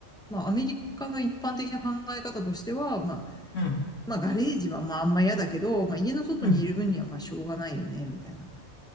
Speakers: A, in the centre; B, on the left.
A: まあ、アメリカの一般的な考え方としては、まあ、
B: うん。
A: まあ、ガレージはまあ、あんま嫌だけど、まあ、家の外にいる分にはまあ、
B: うん。
A: しょうがないよね、みたいな。